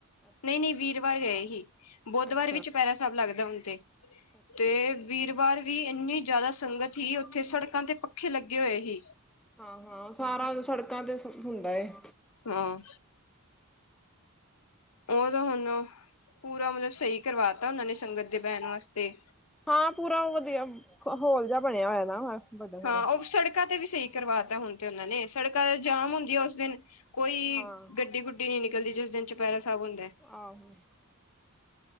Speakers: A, in the centre; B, on the left.
A: ਅੱਛਾ
B: ਨਹੀਂ-ਨਹੀਂ ਵੀਰਵਾਰ ਗਏ ਹੀ। ਬੁੱਧਵਾਰ
A: ਅੱਛਾ
B: ਵਿੱਚ ਚੁਪਹਿਰਾ ਸਾਹਿਬ ਲੱਗਦਾ ਹੁਣ ਤੇ।
A: ਅੱਛਾ
B: ਤੇ ਵੀਰਵਾਰ ਵੀ ਇੰਨੀ ਜ਼ਿਆਦਾ ਸੰਗਤ ਸੀ ਉੱਥੇ ਸੜਕਾਂ ਤੇ ਪੱਖੇ ਲੱਗੇ ਹੋਏ ਹੀ।
A: ਹਾਂ-ਹਾਂ ਸਾਰਾ ਸੜਕਾਂ ਤੇ ਹੁੰਦਾ ਏ।
B: ਹਾਂ ਉਹ ਤਾਂ ਹੁਣ, ਪੂਰਾ ਮਤਲਬ ਸਹੀ ਕਰਵਾ ਤਾ ਉਹਨਾਂ ਨੇ ਸੰਗਤ ਦੇ ਬਹਿਣ ਵਾਸਤੇ।
A: ਹਾਂ ਪੂਰਾ ਵਧੀਆ ਹੋਲ ਜਿਹਾ ਬਣਿਆ ਹੋਇਆ ਨਾ। ਵੱਡਾ ਸਾਰਾ।
B: ਹਾਂ ਉਹ ਸੜਕਾਂ ਤੇ ਵੀ ਸਹੀ ਕਰਵਾ ਤਾ ਹੁਣ ਤੇ ਉਹਨਾਂ ਨੇ ਸੜਕਾਂ ਜਾਮ ਹੁੰਦੀਆਂ ਉਸ ਦਿਨ। ਕੋਈ
A: ਹਾਂ
B: ਗੱਡੀ-ਗੁੱਡੀ ਨੀ ਨਿਕਲਦੀ ਜਿਸ ਦਿਨ ਚੁਪਹਿਰਾ ਸਾਹਿਬ ਹੁੰਦਾ
A: ਆਹੋ